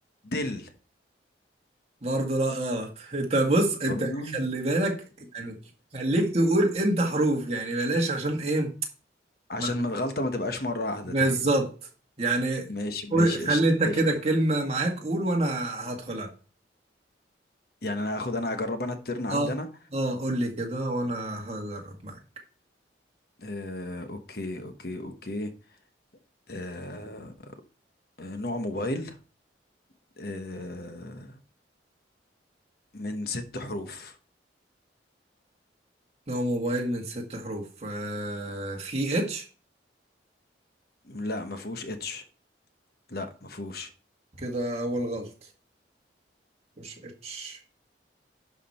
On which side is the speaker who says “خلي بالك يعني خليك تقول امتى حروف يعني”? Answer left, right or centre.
Right